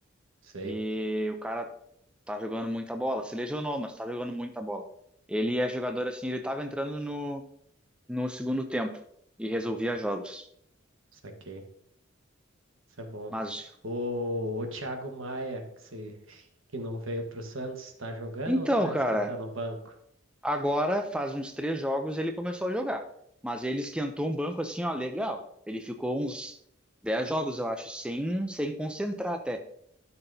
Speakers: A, on the right; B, in the centre.
A: Sei,
B: E o cara tá jogando muita bola. Se lesionou, mas tá jogando muita bola. Ele é jogador assim, ele tava entrando no, no segundo tempo e resolvia jogos.
A: isso aqui. Isso é bom.
B: Mas
A: O, o Thiago Maia, que, se, <laughs> que não veio pro Santos, tá jogando
B: Então,
A: ou tá
B: cara,
A: esquentando o banco?
B: agora faz uns três jogos ele começou a jogar. Mas ele esquentou um banco assim, ó, legal. Ele ficou uns dez jogos, eu acho, sem, sem concentrar até.